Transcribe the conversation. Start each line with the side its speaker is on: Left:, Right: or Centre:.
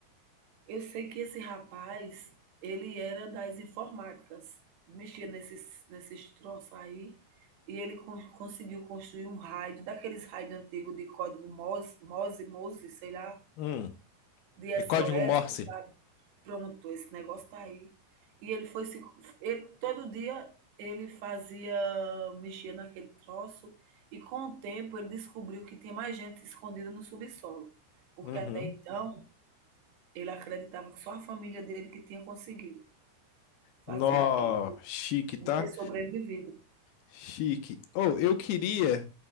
Right: Eu sei que esse rapaz, ele era das informáticas, mexia nesses, nesses troços aí, e ele con- conseguiu construir um raio, daqueles raios antigos de código MOS, MOSE, MOSE, sei lá,
Left: Hum.
Right: de SOS,
Left: É código Morse.
Right: tu sabe? pronto, esse negócio tá aí. E ele foi se, ele, todo dia ele fazia, mexia naquele troço, e com o tempo ele descobriu que tinha mais gente escondida no subsolo, porque
Left: Uhum.
Right: até então ele acreditava que só a família dele que tinha conseguido fazer
Left: Nó,
Right: aquilo,
Left: chique, tá?
Right: de ter sobrevivido.
Left: Chique. Oh, eu queria.